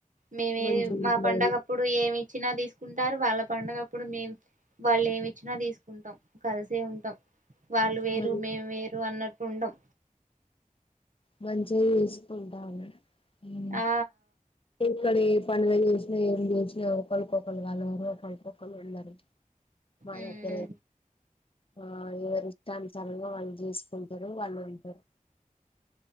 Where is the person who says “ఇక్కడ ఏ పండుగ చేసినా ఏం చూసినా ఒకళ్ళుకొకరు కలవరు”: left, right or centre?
Left